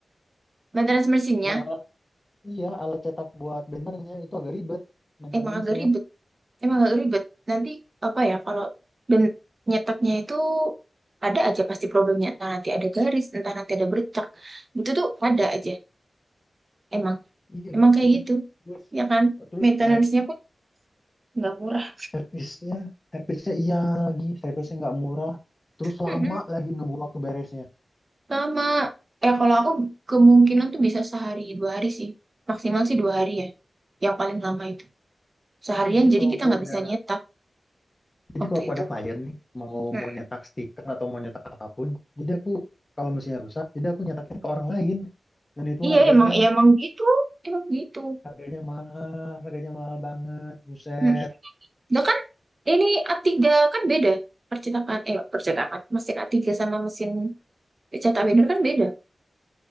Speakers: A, on the right; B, on the left.
A: maintenance mesinnya
B: yang alat iya alat cetak buat bannernya itu agak ribet maintenance-nya.
A: emang agak ribet. Emang agak ribet. Nanti, apa ya, kalau dan nyetaknya itu ada aja pasti problemnya. Entah nanti ada garis, entah nanti ada bercak. Itu tuh ada aja. Emang,
B: Iya
A: emang
B: gitu.
A: kayak gitu.
B: Terus
A: Ya kan?
B: terus
A: Maintenance-nya
B: nggak-
A: pun nggak murah.
B: Servisnya, servisnya iya lagi, servisnya nggak murah, terus
A: <laughs>
B: lama lagi nunggu waktu beresnya.
A: Sama, ya kalau aku kemungkinan tuh bisa sehari dua hari sih. Maksimal sih dua hari ya. Yang paling lama itu. Seharian
B: Iya, jadi
A: jadi
B: kalau
A: kita
B: aku
A: nggak
B: ada,
A: bisa nyetak
B: jadi
A: waktu
B: kalau aku
A: itu.
B: ada klien nih, mau
A: mm
B: mau nyetak stiker atau mau nyetak apapun, jadi aku kalau mesinnya rusak, jadi aku nyetaknya ke orang lain, dan itu
A: Iya
B: harganya
A: emang, iya emang gitu. Emang gitu.
B: harganya mahal, harganya mahal banget, buset.
A: Hmm. Lah kan ini a tiga kan beda. Percetakan, eh percetakan. Mesin a tiga sama mesin cetak binder kan beda.